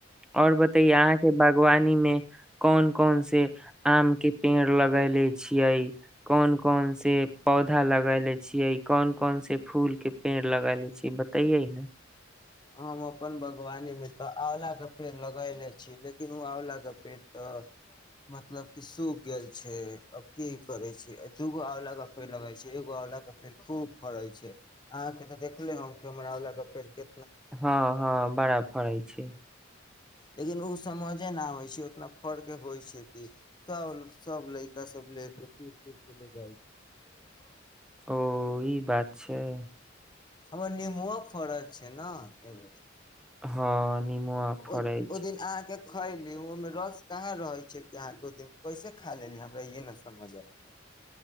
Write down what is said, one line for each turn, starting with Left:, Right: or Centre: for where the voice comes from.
Centre: आओर बतयए अहाँके बागवानीमे कोन कोन से आम के पेड़ लगले छियै कोन कोन से पौधा लगले छीयै कोन कोन से फूल के पेड़ लगाले छीयै बतैये न
Left: हम अपन बागवानी मे तऽ आँंवलाक के पेड़ लगयले छी लेकिन ओ आँंवलाक के पेड़ तऽ मतलब कि सूख गेल छैय आ की करै छी दूगो आंवलाक के पेड़ लगे छै एगो आंवलला के पेड़ खूब फड़ैत छैय अहाँके तऽ देखले हम कि हमर आँंवलाक पेड़ फिरके
Centre: हँ हँ बड़ा फड़ै छैय
Left: लेकिन ओ समझे नहि आबै छैय उतना फर् के होइ छैय कि सभ सभ लड़कासभ लए कऽ सरि सुर कऽ लए जाइ छैय
Centre: ओ ई बात छैय
Left: हमर नेमबओ फड़ल छैय ने एहि बेेर
Centre: हँ निमोआ फड़ै
Left: ओ ओ
Centre: छै
Left: दिन अहाँके खैली ओहिमे रस कहाँ रहै छैय कि अहाँके ओ दिन कैसे खा लेली हमरा इे नहि समझ आत